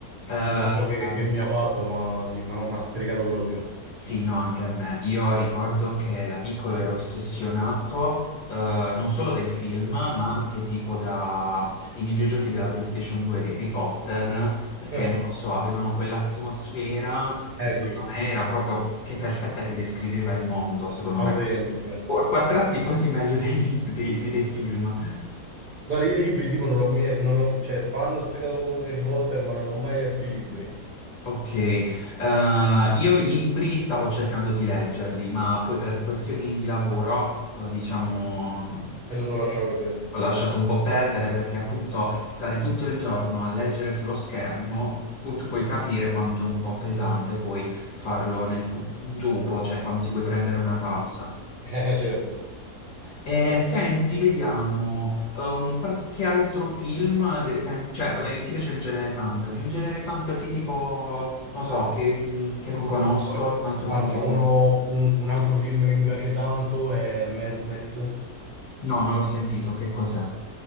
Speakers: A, on the left; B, on the right.
A: Eh,
B: non so che,
A: ehm,
B: che mi ha fatto, ma sì, ma- mi ha stregato proprio.
A: Sì, no, anche a me. Io ricordo che da piccolo ero ossessionato eh, non solo dai film, ma anche tipo dai videogiochi della PlayStation 2 di Harry Potter, perché
B: <laughs>
A: non lo so, avevano quell'atmosfera che
B: Eh
A: secondo
B: eh sì,
A: me era proprio che perfetta che descriveva il mondo, secondo
B: autentica.
A: me. Forse- o A quattro tratti quasi meglio dei, lib- dei dei- dei film.
B: Guarda, io i libri tipo non l'ho mai, non l'ho- cioè fanno sfegato proprio di Harry Potter, ma non ho mai letto i libri.
A: Ok, eh, io i libri stavo cercando di leggerli, ma poi per questioni di lavoro, eh, diciamo, non-
B: E dovuto lasciare per...
A: Ho lasciato un po' perdere perché appunto stare tutto il giorno a leggere sullo schermo, pu- tu puoi capire quanto è un po' pesante poi farlo nel cu- dopo, cioè quando ti vuoi prendere una pausa.
B: <laughs> Eh certo,
A: E
B: per forza.
A: senti, vediamo, eh, un qualche altro film, ad esem- cioè eh, ti piace il genere fantasy? Un genere fantasy tipo, non so, che, che non conosco,
B: Guarda,
A: un altro
B: guarda,
A: film che
B: uno-
A: tipo...
B: un, un altro film che mi piace tanto è Mad Max.
A: No, non l'ho sentito, che cos'è?